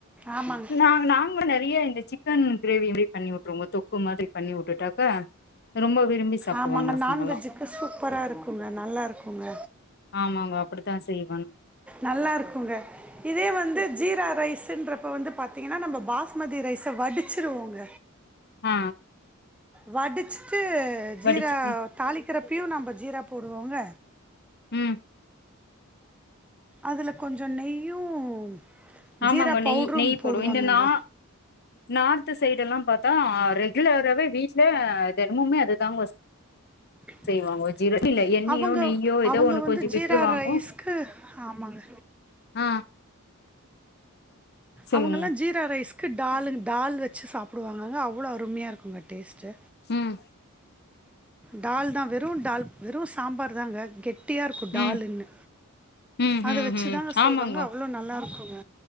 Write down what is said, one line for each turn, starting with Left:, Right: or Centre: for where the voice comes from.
Centre: ஆமாங்க
Left: நா நாங்க நெறையா இருந்துச்சு சிக்கன் கிரேவி மாரி பண்ணி விட்டுருங்க தொக்கு மாரி பண்ணி வுட்டுட்டாக்கா ரொம்ப விரும்பி சாப்டுவாங்க
Centre: ஆமாங்க
Left: பசங்கல்லா
Centre: நான்வெஜ்ஜுக்கு சூப்பரா இருக்குங்க நல்லா இருக்குங்க
Left: ஆமாங்கோ அப்படித்தா செய்யு
Centre: நல்லா இருக்குங்க இதே வந்து ஜீரா ரைஸ்சுன்ற இப்போ வந்து பாத்தீங்கன்னா நம்ம பாஸ்மதி ரைஸ வடுச்சிருவோங்க
Left: ஆ
Centre: வடுச்சுட்டு ஜீரா
Left: வடிச்சு ம்
Centre: தாலி க்குறப்பியு நம்ப ஜீர போடுவோங்க
Left: உம்
Centre: அதுல கொஞ்சோ நெய்யும்
Left: ஆமாங்க
Centre: ஜீரா
Left: நெய்
Centre: பவுடரும்
Left: நெய்
Centre: போடுவாங்கங்க
Left: போடுவோ இந்த நா நார்து சைடுலாம் ப்பாத்தா ரெகுலராவே வீட்டு்ல தெனமுமே அதுதாங்க
Centre: <inaudible>
Left: செய்வாங்க ஜீர இல்ல எண்ணெயோ
Centre: அவங்க
Left: நெய்யோ ஏதோ
Centre: அவங்க
Left: ஒண்ணு
Centre: வந்து
Left: கொஞ்சோ
Centre: ஜீரா
Left: விட்டுருவாங்கோ
Centre: ரைஸ்க்கு ஆமாங்க
Left: ஆ சொல்லுங்க
Centre: அவங்கல்லா ஜீரா ரைஸ்க்கு டாலு டால் வச் சு சாப்படுவாங்கக அவ்வளோ அருமையா இருகுங்க டேஸ்டு
Left: உம்
Centre: டால் தா வெறு டால் வெறும் சாம்பார் தாங்க கெட்டியா இருக்கு டாலுன்னு
Left: ம் ம்
Centre: அத
Left: ம்
Centre: வச்சுதாங்க
Left: ம் ஆமாங்கோ
Centre: செய்வாங்க அவ்வளோ நல்லா இருக்குங்க